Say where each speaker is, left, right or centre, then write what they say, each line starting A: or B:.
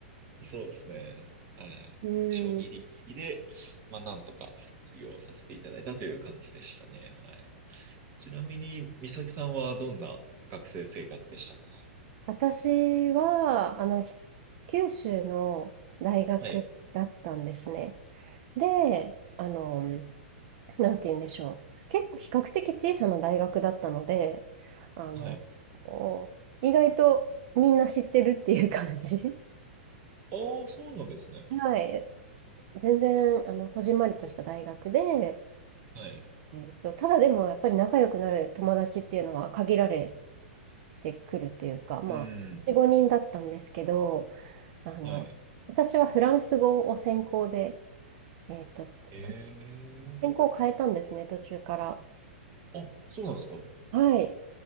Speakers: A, on the right; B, on the right.
A: そうですね。はい。
B: うん。
A: 将棋ギリギリで、まあ、なんとか卒業させていただいたという感じでしたね。はい。ちなみに、美咲さんはどんな学生生活でしたか
B: 私は、あの、ひ九州の大学だったんですね。
A: はい。
B: で、あの、なんて言うんでしょう。結構比較的小さな大学だったので、あの、
A: はい。
B: お意外とみんな知ってるっていう感じ。
A: ああ、そうなんですね。
B: はい。全然、あの、こじんまりとした大学で、
A: はい。
B: えっと、ただでもやっぱり仲良くなる友達っていうのは限られてくるというか、まあ、
A: うん。
B: 4、5人だったんですけど、あの、
A: はい。
B: 私はフランス語を専攻で、えっと、
A: ええ
B: と専攻を変えたんですね、途中から。
A: あ、そうなんですか。
B: はい。